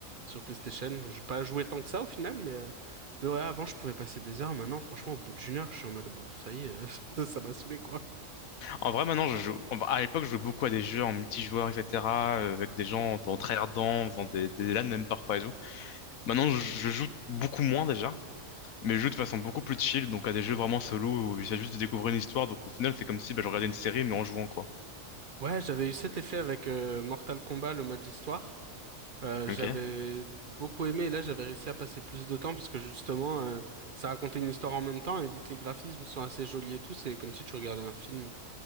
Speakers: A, on the right; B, on the left.
A: sur PlayStation. J'ai pas joué tant que ça au final, mais, euh, mais ouais, avant je pouvais passer des heures. Maintenant, franchement, au bout d'une heure, je suis en mode bon, ça y est, euh, <laughs> ça ça m'a saoulé quoi.
B: En vrai, maintenant, je joue. en- À l'époque, je jouais beaucoup à des jeux en multijoueur, etc., euh, avec des gens en tryhardant, en faisant des, des LAN même parfois et tout. Maintenant, je, je joue beaucoup moins déjà, mais je joue de façon beaucoup plus chill, donc à des jeux vraiment solo où il s'agit juste de découvrir une histoire. Donc au final, c'est comme si bah, je regardais une série, mais en jouant, quoi.
A: Ouais, j'avais eu cet effet avec euh, Mortal Kombat, le mode histoire. Euh, j'avais
B: Ok.
A: beaucoup aimé et là j'avais réussi à passer plus de temps parce que justement euh, ça racontait une histoire en même temps et vu que les graphismes sont assez jolis et tout, c'est comme si tu regardais un film.